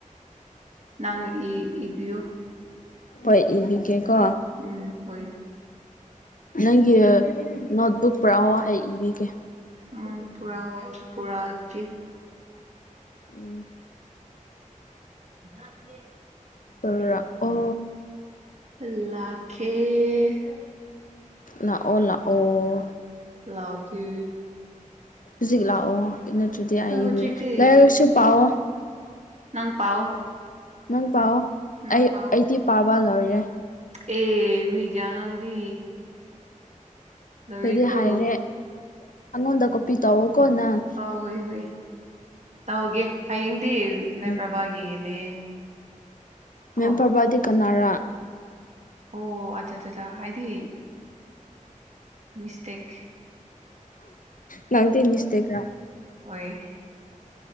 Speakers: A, on the right; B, on the left.
A: ꯅꯪ ꯏ ꯏꯕꯤ꯭ꯌꯨ
B: ꯍꯣꯏ ꯏꯕꯤꯒꯦ ꯀꯣ
A: ꯎꯝ ꯍꯣꯏ
B: ꯅꯪꯒꯤ ꯅꯣꯠꯕꯨꯛ ꯄꯨꯔꯥꯑꯣ ꯑꯩ ꯏꯕꯤꯒꯦ
A: ꯑꯣ ꯄꯨꯥ ꯄꯨꯔꯥ ꯀ
B: ꯎꯝ
A: <unintelligible>
B: ꯄꯨꯔꯛꯑꯣ
A: ꯑ ꯂꯀꯦ
B: ꯂꯥꯛꯑꯣ ꯂꯥꯛꯑꯣ
A: ꯂꯥꯛꯈꯤ
B: ꯍꯧꯖꯤꯛ ꯂꯥꯛꯑꯣ ꯅꯠꯇ꯭ꯔꯗꯤ ꯑꯕꯤꯔ
A: ꯍꯧꯖꯤꯛꯇꯤ
B: ꯂꯥꯏꯔꯤꯛ ꯂꯥꯏꯁꯨ ꯄꯥꯛꯑꯣ
A: ꯅꯪ ꯄꯥꯎ
B: ꯅꯪ ꯄꯥꯎꯑꯣ
A: ꯅꯪ
B: ꯑꯩ
A: ꯄꯥꯎ
B: ꯑꯩꯗꯤ ꯄꯥꯕ ꯂꯣꯢꯔꯦ
A: ꯑꯦ ꯃꯤꯒꯤ ꯑꯉꯥꯡꯗꯤ ꯂꯣꯏꯔꯦꯀꯣ
B: ꯑꯩꯩꯗꯤ ꯍꯥꯏꯔꯦ ꯑꯩꯉꯣꯟꯗ ꯀꯣꯄꯤ ꯇꯧꯋꯣꯀꯣ ꯉꯪ
A: ꯑꯧ ꯍꯣꯏ ꯍꯨꯏ ꯇꯧꯒꯦ ꯍꯌꯦꯡꯗꯤ ꯃꯦꯝ
B: ꯎꯝ
A: ꯄ꯭ꯔꯕꯥꯒꯤ ꯂꯩꯌꯦ
B: ꯃꯦꯝ
A: ꯀꯣ
B: ꯄꯔꯕꯥꯗꯤ ꯀꯅꯥꯔ
A: ꯑꯣ ꯑꯆꯥ ꯆꯥ ꯆꯥ ꯍꯥꯏꯗꯤ ꯃꯤꯁꯇꯦꯛ
B: ꯅꯪꯗꯦ ꯏ ꯏꯁꯇꯦꯒ
A: ꯑꯣꯏꯣꯏ